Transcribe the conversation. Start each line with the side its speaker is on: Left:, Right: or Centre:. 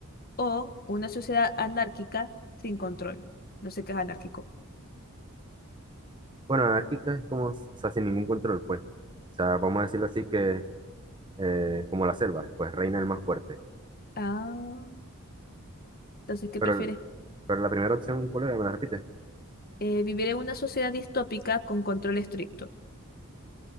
Left: o una sociedad anárquica sin control? No sé qué es anárquico.
Right: Bueno, anárquica es como, o sea, sin ningún control, pues. O sea, vamos a decirlo así que, eh, como la selva, pues reina el más fuerte.
Left: Ah, entonces, ¿qué
Right: Pero,
Left: prefieres?
Right: pero la primera opción, ¿cuál era? ¿Me la repites?
Left: Eh, vivir en una sociedad distópica con control estricto.